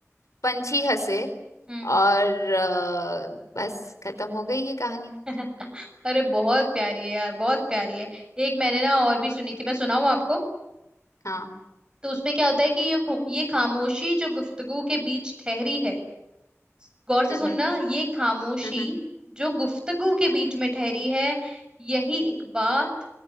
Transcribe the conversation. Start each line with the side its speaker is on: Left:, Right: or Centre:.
Left: पंछी हंसे
Right: हम्म
Left: और अ, बस खत्म हो गई ये कहानी
Right: <laughs> अरे बहुत प्यारी है यार बहुत प्यारी है एक मैंने ना और भी सुनी थी मैं सुनाऊं आपको
Left: हाँ
Right: तो उसमें क्या होता है कि ये खो- ये खामोशी जो गुफ्तगू के बीच ठहरी है गौर से
Left: हम्म
Right: सुनना
Left: हम्म
Right: ये खामोशी
Left: हम्म,
Right: जो गुफ्तगू के बीच में ठहरी है यही एक बात